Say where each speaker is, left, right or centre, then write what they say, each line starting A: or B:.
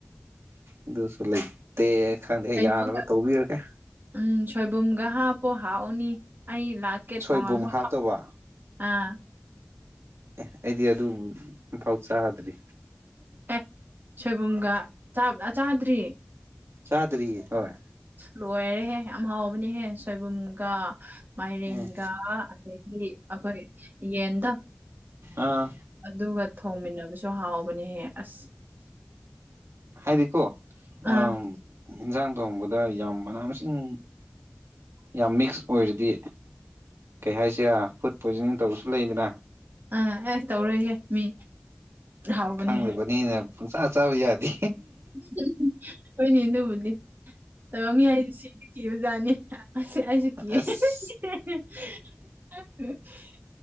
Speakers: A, on the right (about 80°); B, on the right (about 45°).
A: ꯑꯗꯨꯁꯨ ꯂꯩꯇꯦ
B: ꯑꯁ
A: ꯈꯪꯗꯦ
B: ꯀꯩꯅꯣꯒ
A: ꯌꯥꯅꯕ ꯇꯧꯕꯤꯔꯒꯦ
B: ꯎꯝ ꯁꯣꯏꯕꯨꯝꯒ ꯍꯥꯞꯄꯨ ꯍꯥꯎꯅꯤ ꯑꯩ ꯂꯥꯠꯀꯦ
A: ꯁꯣꯏꯕꯨꯝ
B: ꯊꯣꯡꯉꯝꯃꯣ
A: ꯍꯥꯞꯇꯧꯕ
B: ꯑꯥ
A: ꯑꯦ ꯑꯩꯗꯤ ꯑꯗꯨ ꯑꯝꯐꯥꯎ ꯆꯥꯗ꯭ꯔꯤ
B: ꯑꯦ ꯁꯣꯏꯕꯨꯝꯒ ꯆꯥꯕꯅ ꯆꯥꯗ꯭ꯔꯤ
A: ꯆꯥꯗ꯭ꯔꯤꯌꯦ ꯍꯣꯏ
B: ꯂꯣꯏꯔꯦꯍꯦ ꯌꯥꯝ ꯍꯥꯎꯕꯅꯦꯍꯦ ꯁꯣꯏꯕꯨꯝꯒ ꯃꯥꯏꯔꯦꯟꯒ
A: ꯑꯥ
B: ꯑꯗꯒꯤ ꯑꯩꯈꯣꯏ ꯌꯦꯟꯗ
A: ꯑꯥ
B: ꯑꯗꯨꯒ ꯊꯣꯡꯃꯤꯟꯅꯕꯁꯨ ꯍꯥꯎꯕꯅꯦꯍꯦ ꯑꯁ <unintelligible>
A: ꯍꯥꯏꯗꯤꯀꯣ
B: ꯑꯥ
A: ꯑꯝ ꯏꯟꯖꯥꯡ ꯊꯣꯡꯕꯗ ꯌꯥꯝ ꯃꯅꯥ ꯃꯁꯤꯡ ꯌꯥꯝ ꯃꯤꯛꯁ ꯑꯣꯏꯔꯗꯤ ꯀꯩ ꯍꯥꯏꯁꯤꯔꯥ ꯐꯨꯗ ꯄꯣꯏꯖꯅꯤꯡ ꯇꯧꯕꯁꯨ ꯂꯩꯗꯅ
B: ꯑꯥ ꯑꯦ ꯇꯧꯔꯣꯏꯍꯦ ꯃꯤ ꯍꯥꯎꯕꯅꯦꯍꯦ
A: ꯈꯪꯗꯕꯅꯤꯅ ꯄꯪꯆꯥ ꯆꯥꯕ ꯌꯥꯗꯦ
B: <unintelligible> ꯍꯣꯏꯅꯦ ꯑꯗꯨꯕꯨꯗꯤ ꯇꯥꯏꯕꯪ ꯃꯤ ꯍꯥꯏꯖꯤ ꯁꯤꯕ ꯀꯤꯕ ꯖꯥꯠꯅꯤ ꯑꯁ ꯑꯩꯖꯨ ꯀꯤꯌꯦ
A: ꯑꯁ
B: <unintelligible>